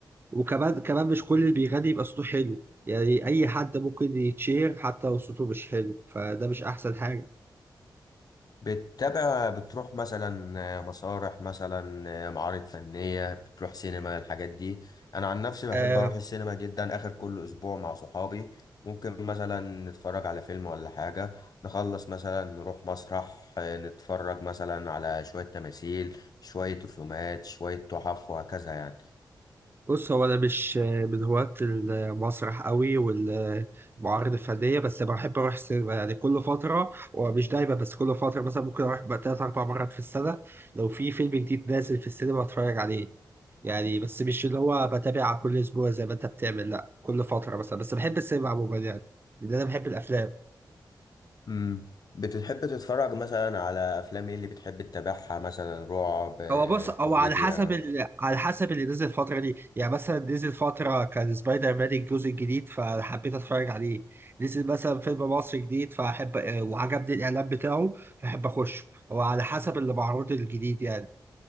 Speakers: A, on the right (about 30°); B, on the left (about 55°).
A: وكمان كمان مش كل اللي بيغني يبقى صوته حلو يعني اي حد ممكن يتشير حتى لو صوته مش حلو فده مش احسن حاجه
B: بتتابع بتروح مثلا آه، مسارح مثلا آه، معارض فنية بتروح سينما الحاجات دي انا عن نفسي بحب
A: آه،
B: اروح السينما جدا اخر كل اسبوع مع صحابي ممكن مثلا نتفرج على فيلم ولا حاجة نخلص مثلا نروح مسرح آه، نتفرج مثلا على شوية تماثيل شوية رسومات شوية تحف وهكذا يعني
A: بص هو انا مش من هواة المسرح قوي والمعارض الفنيه بس بحب اروح السينما يعني كل فتره ومش دايما بس كل فتره مثلا ممكن اروح بقى تلات اربع مرات في السنه لو في فيلم جديد نازل في السينما اتفرج عليه يعني بس مش اللي هو بتابع كل اسبوع زي ما انت بتعمل لا كل فتره مثلا بس بحب السينما عموما يعني لان انا بحب الافلام
B: امم بتحب تتفرج مثلا على افلام ايه اللي بتحب تتابعها مثلا رعب آه،
A: هو بص هو
B: كوميديا
A: على حسب ال... على حسب اللي نزل الفترة دي يعني مثلا نزل فترة كان سبايدر مان الجزء الجديد فحبيت اتفرج عليه نزل مثلا فيلم مصري جديد فاحب آه، وعجبني الاعلان بتاعه فاحب اخش هو على حسب اللي معروض الجديد يعني